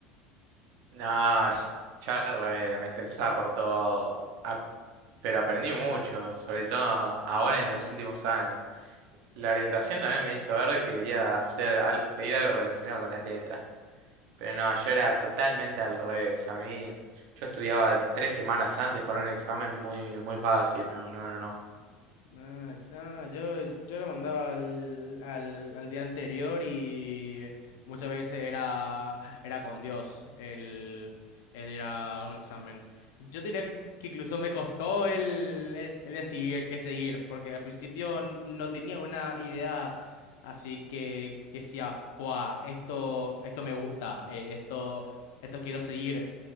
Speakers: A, on the right; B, on the left.
A: No, ya re- me estresaba por todo, A- pero aprendí mucho, sobre todo ahora
B: Obvio.
A: en los últimos años. La orientación también me hizo ver que quería hacer, al- seguir algo relacionado con las letras. Pero no,
B: No.
A: yo era totalmente al revés. A mí, yo estudiaba tres semanas antes para un examen muy, muy fácil. No, no, no, no.
B: no no, yo, yo lo mandaba al, al, al día anterior y muchas veces era, era con Dios el, el ir a un examen. Yo diría que, que incluso me costó el, el, el decidir qué seguir, porque al principio n- no tenía una idea así que, que decía, "Buah, esto, esto me gusta, eh, esto, esto quiero seguir